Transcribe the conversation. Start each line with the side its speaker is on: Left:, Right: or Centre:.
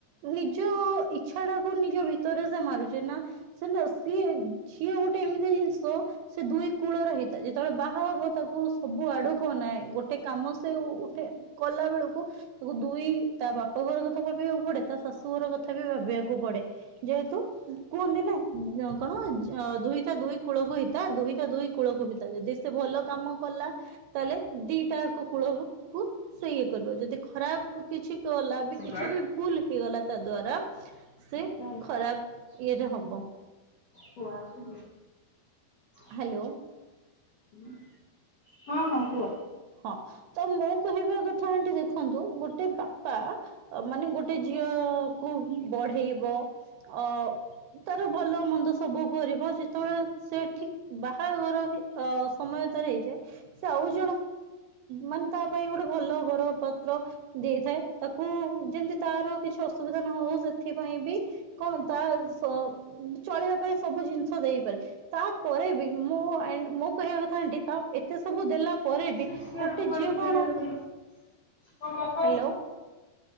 Right: ନିଜ ଇଚ୍ଛା ଟାକୁ ନିଜ ଭିତରେ ସେ ମାରୁଛେ ନା ସେ ସିଏ ଝିଏ ଗୋଟେ ଏମିତି ଜିନିଷ ସେ ଦୁଇ କୂଳର ହେଇଥାଏ ଯେତେବେଳେ ବାହା ହେବ ତାକୁ ସବୁ ଆଡକୁ ନାହିଁ ଗୋଟେ କାମ ସେ ଉଠେ କଲା ବେଳକୁ ତାକୁ ଦୁଇ ତା ବାପ ଘର କଥା ଭାବିବାକୁ ପଡେ। ତା ଶାଶୁ ଘର କଥା ବି ଭାବିବାକୁ ପଡେ ଯେହେତୁ କୁହନ୍ତି ନା କଣ ଦୁହିଟ ଦୁଇ କୂଳକୁ ହିତା ଦୁହିଟ ଦୁଇ କୂଳକୁ ଭିତା ଯଦି ସେ ଭଲ କାମ କଲା ତାହେଲେ ଦିଟା ଏକ କୂଳ କୁ ସେ ଇଏ କର ଯଦି ଖରାପ କିଛି ଗଲା ବି
Left: ଯିବି
Right: କିଛି ବି ଭୁଲ ହେଇଗଲା ତା ଦ୍ଵାରା ସେ
Left: ଚାଲ
Right: ଖରାପ
Left: ଆସୁଚି
Right: ଇଏରେ ହବ।
Left: ପୁଅ ଆସୁ ଯିବି।
Right: ହ୍ୟାଲୋ।
Left: <inaudible> ହୁଁ ହଁ ହଁ କୁହ।
Right: ହଁ। ତ ମୋ କହିବା କଥା ଆଣ୍ଟି ଦେଖନ୍ତୁ ଗୋଟେ ବାପା ମାନେ ଗୋଟେ ଝିଅ କୁ ବଢେଇବ ଅ ତାର ଭଲ ମନ୍ଦ ସବୁ କରିବ ଯେତେବେଳେ ସେ ଠିକ ବାହାଘର ସମୟ ତାର ହେଇଯାଏ ସେ ଆଉ ତ ମାନେ ତା ପାଇଁ ଗୋଟେ ଭଲ ବର ପତ୍ର ଦେଇଥାଏ ତାକୁ ଯେମିତି ତାର କିଛି ଅସୁବିଧା ନ ହଉ ସେଥିପାଇଁ ବି କଣ ତା ଚ ଚଳିବା ପାଇଁ ସବୁ ଜିନିଷ ଦେଇପାରେ ତାପରେ ବି ମୁଁ ଆ ମୁଁ କହିବା କଥା ଆଣ୍ଟି ତା ଏତେ ସବୁ ଦେଲା ପରେ ବି
Left: ଶିଷ
Right: ଗୋଟେ
Left: ଉପ
Right: ଝିଅ କଣ
Left: ଖେଲେ ଆ ବାପା।
Right: ହ୍ୟାଲୋ